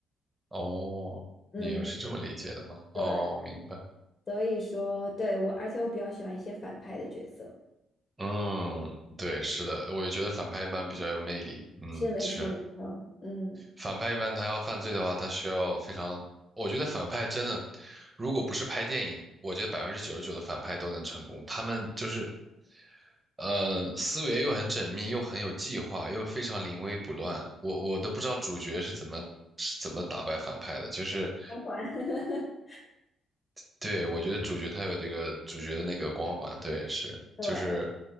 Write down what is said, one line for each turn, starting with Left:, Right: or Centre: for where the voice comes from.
Right: 哦，
Left: 嗯，
Right: 你又是这么理解的吗？哦，
Left: 对，
Right: 明白。
Left: 所以说，对，我，而且我比较喜欢一些反派的角色，
Right: 嗯，对，是的，我也觉得反派一般比较有魅力。嗯，
Left: 是没错没错，
Right: 是，
Left: 嗯，
Right: 反派一般他要犯罪的话，他需要非常，我觉得反派真的，如果不是拍电影，我觉得百分之九十九的反派都能成功。他们就是呃，思维又很缜密，又很有计划，又非常临危不乱。我我都不知道主角是怎么是怎么打败反派的，就是，
Left: 光环。<laughs>
Right: 对，我觉得主角他有这个主角的那个光环，对，是，
Left: 对，
Right: 就是。